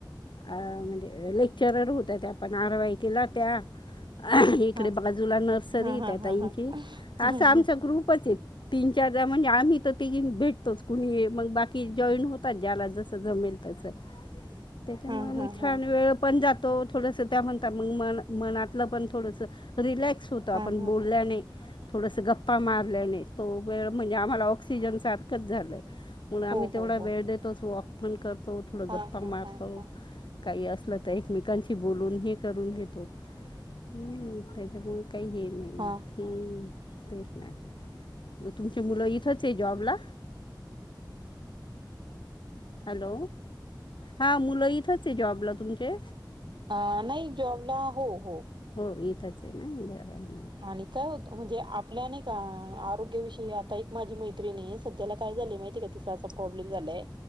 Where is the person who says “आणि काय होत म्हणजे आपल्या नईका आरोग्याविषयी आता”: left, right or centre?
Right